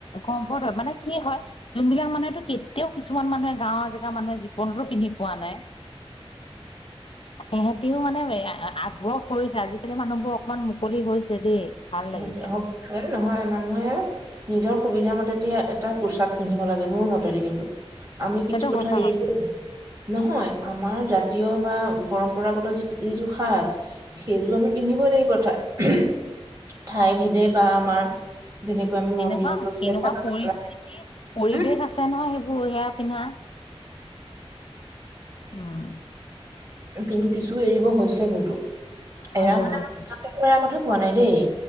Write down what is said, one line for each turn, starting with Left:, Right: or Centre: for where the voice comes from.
Left: কমফৰ্ট হয়, মানে কি হয় যোনবিলাক মানুহে তো কেতিয়াও কিছুমান মানুহে, গাঁওৰ জেগাৰ মানুহে জীৱনতো পিন্ধি পোৱা নাই। সেয়েহে এতিয়াও মানে, আ-আগ্ৰহ কৰিছে আজিকালি মানুহবোৰ অকমান মুকলি হৈছে দেই। ভাল লাগিছে
Right: হৈছে, হব <unintelligible> নহয়, মানুহে নিজৰ সুবিধা মতেদি এটা পোচাক পিন্ধিব লাগে মোৰ মতেদি কিন্তু। আমি
Left: সেইটো
Right: কিছু কথা
Left: সঁচা
Right: এৰিব, নহয় আমাৰ জাতীয় বা পৰম্প পম্পৰাগত যি-যিযোৰ সাজ, সেইযোৰ আমি পিন্ধিবই লাগিব ঠাই <inaudible> ঠাই ভেদে বা আমাৰ যেনেকৈ আমি মন্দিৰত
Left: তেনেকুৱা,
Right: গৈ পেলাই
Left: সেনেকুৱা
Right: চাদৰ
Left: পৰিস্থিতিয়ে
Right: মেখেলা
Left: পৰিৱেশ
Right: উম
Left: আছে নহয়, সেইবোৰ সেয়া পিন্ধা, উম।
Right: কিন্তু কিছু এৰিব হৈছে কিন্তু।
Left: হৈছে
Right: এয়া মানে
Left: হৈছে
Right: আমাৰ নিজকে কিবা কথা কোৱা নাই দেই।